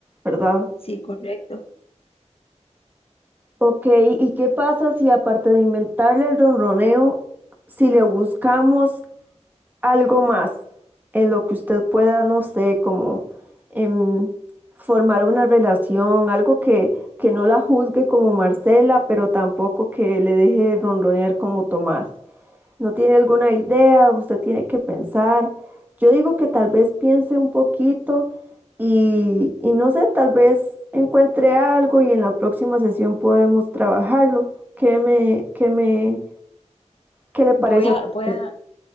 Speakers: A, on the right (about 15°); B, on the left (about 55°).
A: ¿verdad?
B: Sí, correcto.
A: Ok, ¿y qué pasa si aparte de inventarle el ronroneo, si le buscamos algo más en lo que usted pueda, no sé, como em, formar una relación, algo que, que no la juzgue como Marcela, pero tampoco que le deje de ronronear como Tomás? No tiene alguna idea, usted tiene que pensar. Yo digo que tal vez piense un poquito y, y no sé, tal vez encuentre algo y en la próxima sesión podemos trabajarlo. ¿Qué me, qué me, qué le parece
B: Voy a,
A: a usted?
B: voy a,